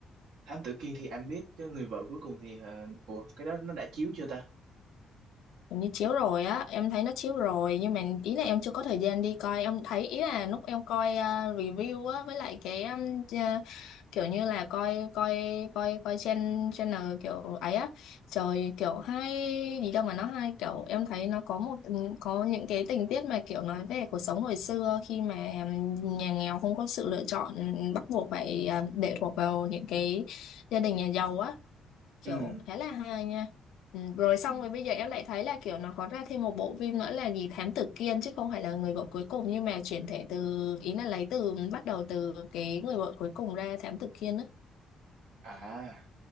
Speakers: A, on the right; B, on the left.
A: Thám Tử Kiên thì anh biết, chứ người vợ cuối cùng thì ờ, ủa cái đó nó đã chiếu chưa ta?
B: Hình như chiếu rồi á, em thấy nó chiếu rồi nhưng mà ý là em chưa có thời gian đi coi, em thấy ý là lúc em coi à, review á với lại cái um, ch- kiểu như là coi coi coi coi channel, channel kiểu ấy á, trời kiểu hay gì đâu mà nó hay kiểu em thấy nó có một có những cái tình tiết mà kiểu nói về cuộc sống hồi xưa khi mà um, nhà nghèo không có sự lựa chọn bắt buộc phải à, lệ thuộc vào những cái gia đình nhà giàu á kiểu
A: Ừ.
B: khá là hay nha ừ, rồi xong
A: ừ.
B: rồi bây giờ em lại thấy là kiểu nó có ra thêm một bộ phim nữa là gì Thám Tử Kiên chứ không phải là người vợ cuối cùng nhưng mà chuyển thể từ ý là lấy từ bắt đầu từ cái người vợ cuối cùng ra Thám Tử Kiên á
A: À,